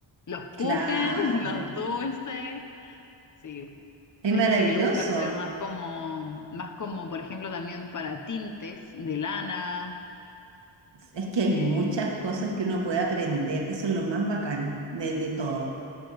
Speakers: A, on the left; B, on the right.
A: Los
B: claro,
A: kuchen, <laughs> los dulces. Sí,
B: es
A: hay
B: maravilloso.
A: gente que le gusta hacer más como, más como, por ejemplo, también para tintes de lana.
B: Es que hay
A: Eh,
B: muchas cosas que uno puede aprender. Eso es lo más bacán de, de todo.